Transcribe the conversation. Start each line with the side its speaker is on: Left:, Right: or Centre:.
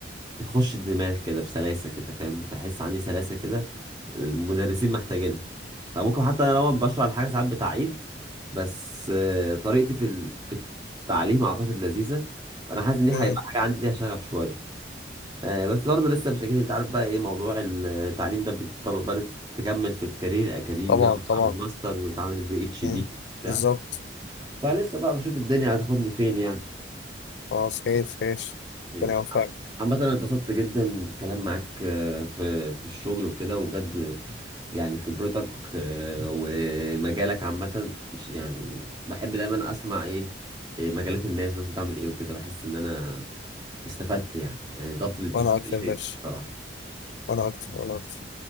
Right: بتخش الدماغ كده بسلاسة كده فاهم بحس عندي سلاسة كده المدرسين محتاجينها فممكن حتى انا لو بشرح الحاجة ساعات بتعيد بس آه، طريقتي في ال- في التعليم اعتقد لذيذة فانا حاسس ان دي هيبقى
Left: امم
Right: حاجة عندي ليها شغف شوية آه، بس برضه لسه مش اكيد انت عارف بقى ايه موضوع التعليم ده بيتطلب بقى إن أنت تكمل في الكارير الاكاديمي
Left: طبعا
Right: بقى وتعمل
Left: طبعا
Right: ماسترز وتعمل بي اتش
Left: امم
Right: دي بتاع
Left: بالظبط
Right: فلسه بقى بشوف الدنيا هتاخدني فين يعني
Left: خلاص خير خير
Right: خير
Left: ربنا يوفقك
Right: عامة أنا اتبسطت جدا بالكلام معاك آه، في في الشغل وكده وبجد يعني خبرتك آه، ومجالك عامة مش- يعني بحب دايما أسمع إيه إيه مجالات الناس الناس بتعمل إيه وكده بحس إن أنا استفدت يعني يعني ضاف لي ضفت
Left: وانا اكتر
Right: لي شيء
Left: يا باشا
Right: بصراحة
Left: وانا اكتر وانا اكتر